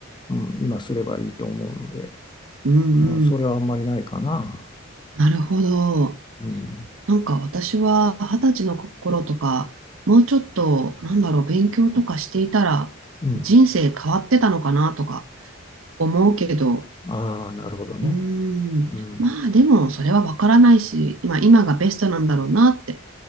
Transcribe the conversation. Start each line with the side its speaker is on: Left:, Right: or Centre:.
Left: うん、今すればいいと思うので、
Right: うん
Left: うん、それはあんまりないかな。
Right: うん。なるほど。
Left: うん。
Right: なんか私は二十歳の頃とか、もうちょっと、なんだろう、勉強とかしていたら、
Left: うん。
Right: 人生変わってたのかなとか思うけど、
Left: ああ、なるほどね。
Right: うーん。
Left: うん。
Right: まあでもそれはわからないし、今、今がベストなんだろうなって